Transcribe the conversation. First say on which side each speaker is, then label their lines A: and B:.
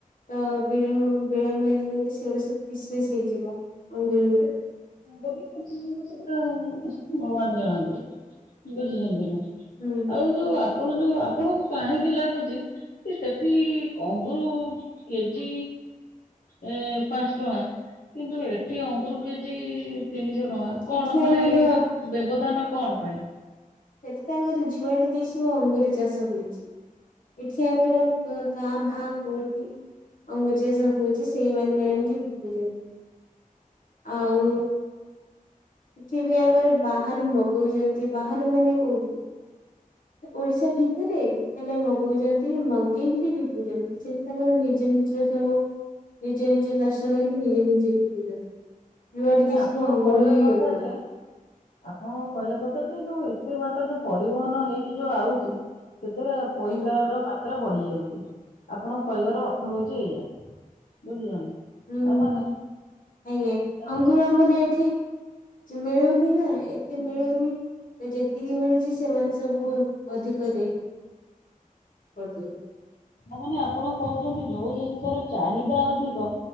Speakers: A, on the left (about 70°); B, on the left (about 85°).
A: ତ ବିଳ ବିଳମ୍ବ ହେଇଗଲେ ସେଇଗୁଡ଼ା ସବୁ କିସମୀସ୍ ହେଇଯିବ ଅଙ୍ଗୁରୁଗୁଡା।
B: ବ ସୋ ପଚିଯିବ ସେଗୁଡା ଭଗବାନ ଜାଣନ୍ତି ବୁଝୁଚନ୍ତି ନା।
A: ହୁଁ।
B: ଆଉ ଯୋଉ ଆପଣ ଯୋଉ ଆପଣଙ୍କୁ କାହିଁକି ଲାଗୁଛି କି ସେଠି ଅଙ୍ଗୁରୁ କେଜି ଏ ପାଞ୍ଚଟଙ୍କା କିନ୍ତୁ ଏଠି ଅଙ୍ଗୁର କେଜି ତିନିଶହଟଙ୍କା। କଣ
A: ଏଠି
B: ମାନେ
A: ଆମର
B: ଏଇ ଯୋଉ ବ୍ୟବଧାନ କଣ ପାଇଁ?
A: ସେଠି ତ ଆମର ଯୁଆଡେ ଦିସିବ ଅଙ୍ଗୁର ଚାଷ ହୋଉଛି ଏଠି ଆମର କାଁ ଭାଁ କୋଉଠି ଅଙ୍ଗୁରୁଚାଷ ହଉଛି ସେଇମାନେ ଆଣିକି ବିକୁଛନ୍ତି। ଆଉ
B: <inaudible>
A: ଏଠି ବି ଆମର ବାହାରୁ ମଗୋଉଛନ୍ତି ବାହାରୁ ମାନେ କୋଉଠୁ? ଓଡିଶା ଭିତରେ? ହେଲେ ମଗଉଛନ୍ତି ମଗେଇକିରି ବିକୁଛନ୍ତି ସେଠି ତାଙ୍କର ନିଜ ନିଜର ସବୁ ନିଜେ ନିଜେ ଚାଷ କରିକି ନିଜେ ନିଜେ ବିକୁଚନୀ ଯୁଆଡେ
B: ମାନେ
A: ଦେଖିବୁ
B: ଆପଣ
A: ଅଙ୍ଗୁରୁ
B: କହିବା
A: ହି
B: କଥା
A: ଅଙ୍ଗୁର।
B: ଯେ ଆପଣଙ୍କ କହିବା କଥା ଯେ ଯୋଉ ଏତେ ବାଟ ଯୋଉ ପରିବହନ ହେଇକି ଯୋଉ ଆଉଛି। ସେଥିରେ ପଇସାର
A: ଆଜ୍ଞା
B: ମା ମାତ୍ରା ବଢିଯାଉଛି ଆପଣଙ୍କ କହିବାର ଅର୍ଥ ହଉଛି ଏଇଆ ବୁଝୁଛନ୍ତି।
A: ହୁଁ
B: ତାମାନେ
A: ଆଜ୍ଞା
B: ତାମାନେ
A: ଅଙ୍ଗୁର ଆମର ଏଠି ମିଳୁନି ନା ଏତେ ମିଳୁନି ଯେତିକି ମିଳୁଛି ସେମାନେ ସବୁ ଅଧିକ ରେଟ୍ କରିଦୋ
B: ହ ମାନେ ଆପଣ କହୁଛନ୍ତି ଯୋଉ ଜିନିଷର ଚାହିଦା ଅଧିକ